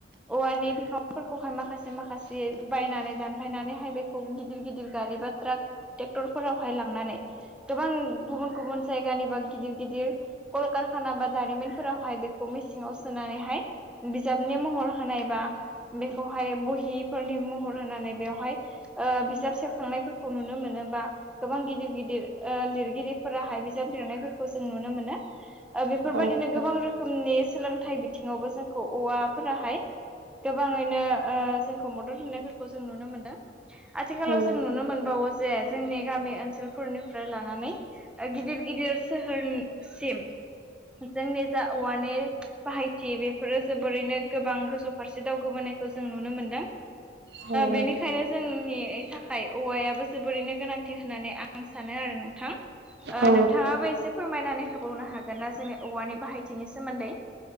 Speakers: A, in the centre; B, on the right.
A: औवानि बिफांफोरखौहाय माखासे माखासे बायनानै दानफायनानैहाय बेखौ गिदिर गिदिर गारि बा ट्राक ट्रेक्टरफोरावहाय लांनानै गोबां गुबुन गुबुन जायगानिबा गिदिर गिदिर कलकारखाना बा दारिमिनफोरावहाय बेखौ मेसेङाव सोनानैहाय बिजाबनि मुं महर होनायबा बेखौहाय बहिफोरनि महर होनानै बेवहाय बिजाब सेबखांनायफोरखौ नुनो मोनोबा गोबां गिदिर गिदिर लिरगिरिफोरा हाय बिजाब लिरनायफोरखौ जों नुनो मोनो। बेफोरबायदिनो
B: औ नोंथां
A: गोबां
B: औ
A: रोखोमनि सोलोंथाइ बिथिङावबो जोंखौ औवा फोराहाय गोबाङैनो जोंखौ मदद होनायफोरखौ जों नुनो मोनदों। आथिखालाव
B: नोंथां
A: जों नुनो मोनबावो जे जोंनि गामि ओनसोलफोरनिफ्राय लानानै गिदिर गिदिर सोहोरसिम। जोंनि जा औवानि बाहायथि बेफोरो जोबोरैनो गोबां गोजौ फारसे दावगोबोनायखौ जों नुनो मोनदों।
B: औ नोंथां
A: बेनिखायनो जोंनि थाखाय औवायाबो जोबोरैनो गोनांथि होननानै आं आं सानो आरो नोंथां।
B: औ
A: नोंथाङाबो एसे फोरमायनानै होबावनो हागोन ना? जोंनि औवानि बाहायथिनि सोमोन्दै।